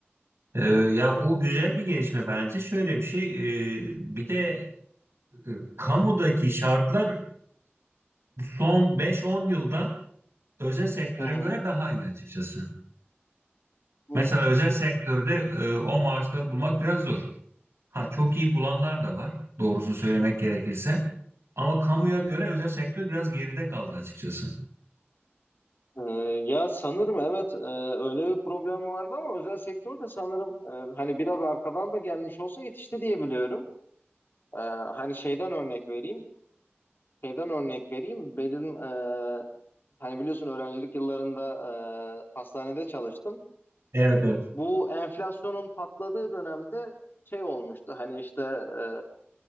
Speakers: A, on the right (about 75°); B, on the left (about 55°).
A: Ee, ya bu güzel bir gelişme bence. Şöyle bir şey, e, bir de e, kamudaki şartlar son beş-on yılda özel sektöre
B: Hı hı.
A: göre daha iyi açıkçası.
B: Hı
A: Mesela
B: hı.
A: özel sektörde e, o maaşları bulmak biraz zor. Ha çok iyi bulanlar da var, doğrusunu söylemek gerekirse. Ama kamuya
B: hı.
A: göre özel sektör biraz geride kaldı açıkçası.
B: E, ya sanırım evet e, öyle bir problem vardı ama özel sektör de sanırım e, hani biraz arkadan da gelmiş olsa yetişti diye biliyorum. E, hani şeyden örnek vereyim. Şeyden örnek vereyim. Benim e, hani biliyorsun öğrencilik yıllarında e, hastanede çalıştım.
A: Evet evet.
B: Bu enflasyonun patladığı dönemde şey olmuştu hani işte e,